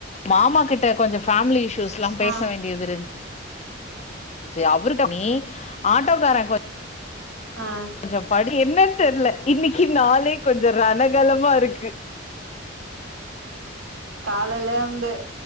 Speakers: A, on the left; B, on the right.
A: மாமா கிட்ட கொஞ்சொ ஃபேமிலி இஷ்யூஸ்லா பேச
B: ஆ
A: வேண்டியது இருந்து சரி அவர்ட்ட நீ ஆட்டோக்கார கோ
B: ஆ
A: கொஞ்ச படு என்னன்னு தெரியல இன்னைக்கு நாளே கொஞ்ச ரணகலமா இருக்கு
B: காலேல இத